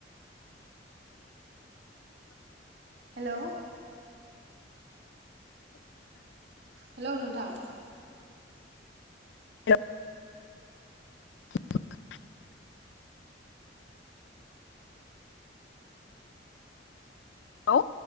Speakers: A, on the right (about 60°); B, on the left (about 70°).
A: हेल' हेल' नोंथां।
B: हेलौ <inaudible> औ